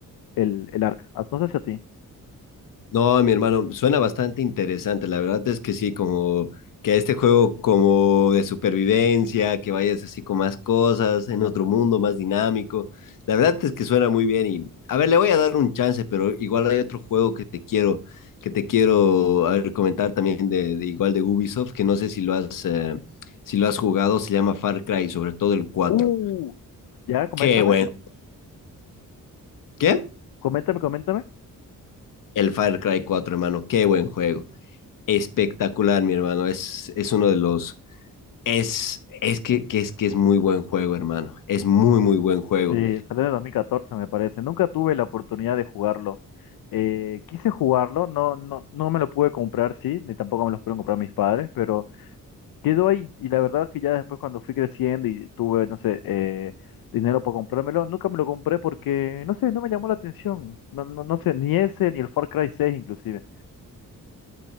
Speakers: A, on the left; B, on the left.
A: el, el Ark. Ah, No sé si a ti.
B: No, mi hermano, suena bastante interesante. La verdad es que sí, como que este juego como de supervivencia, que vayas así con más cosas, en otro mundo más dinámico. La verdad es que suena muy bien y, a ver, le voy a dar un chance, pero igual hay otro juego que te quiero, que te quiero, a ver, comentar también de, de igual de Ubisoft, que no sé si lo has, eh, si lo has jugado, se llama Far Cry, sobre todo el 4.
A: Uh, ya, coméntame,
B: Qué bueno. ¿Qué?
A: coméntame, coméntame.
B: El Far Cry 4, hermano, qué buen juego. Espectacular, mi hermano. Es, es uno de los... Es, es que, que, es que es muy buen juego, hermano. Es muy, muy buen juego.
A: Sí, salió en el 2014 me parece. Nunca tuve la oportunidad de jugarlo. Eh, quise jugarlo, no, no, no me lo pude comprar, sí, ni tampoco me los pudieron comprar mis padres, pero quedó ahí. Y la verdad es que ya después cuando fui creciendo y tuve, no sé, eh, dinero para comprármelo, nunca me lo compré porque, no sé, no me llamó la atención. No, no, no sé, ni ese, ni el Far Cry 6 inclusive.